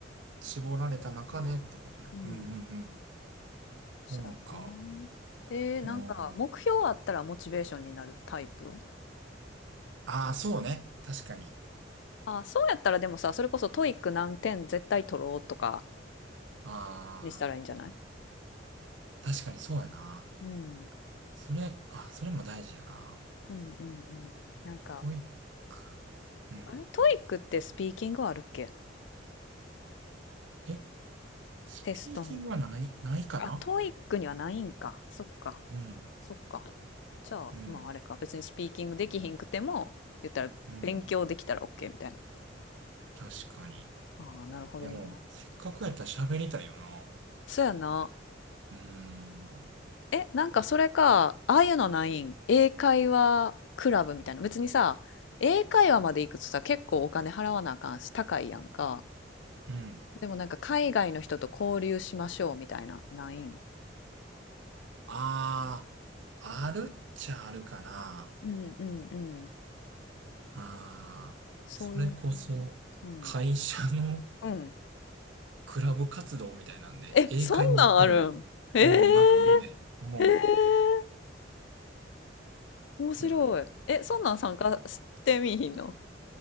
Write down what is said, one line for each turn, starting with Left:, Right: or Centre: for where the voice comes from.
Right: 絞られた中でってことね。
Left: そうやな。うん。
Right: うんうん
Left: そうやな。
Right: うん。本か。
Left: えー、
Right: う
Left: なんか目標あったらモチベーションになるタイプ
Right: んああ、そうね。確かに。
Left: あ、そうやったらでもさ、それこそトイック何点絶対取ろうとか
Right: あ
Left: にしたらいいんじゃない
Right: あ、確かにそうやな。
Left: うん。
Right: それ、あ、それも大事やな。
Left: うんうんうん。なんか、
Right: トイック。うん。
Left: あれトイックってスピーキングはあるっけ
Right: え、スピーキングはない、
Left: テストに。
Right: ないかな
Left: あ、トイックにはないんか。そっか。
Right: うん、
Left: そっか。じゃあ、
Right: うん、
Left: まああれか。別にスピーキングできひんくても、言ったら勉強できたら
Right: うん。
Left: OK みたいな。
Right: 確かに。
Left: ああ、なるほどな。
Right: でも、せっかくやったら喋りたいよな。
Left: そうやな。
Right: うーん。
Left: え、なんかそれか、ああいうのないん英会話クラブみたいな。別にさ、英会話まで行くとさ、結構お金払わなあかんし、高いやんか。
Right: うん
Left: でもなんか海外の人と交流しましょうみたいな、ないん
Right: ああ、あるっちゃあるかな。
Left: うんうんうん。
Right: ああ、
Left: そういう。
Right: それこそ、
Left: うん。
Right: 会社の
Left: うん。
Right: クラブ活動みたいなんで、
Left: え、
Right: 英会話クラブ。
Left: そんなんあるんへえ
Right: うん、なんかあるね。も
Left: へええー面白い。
Right: う、うん。
Left: え、そんなん参加してみいひんの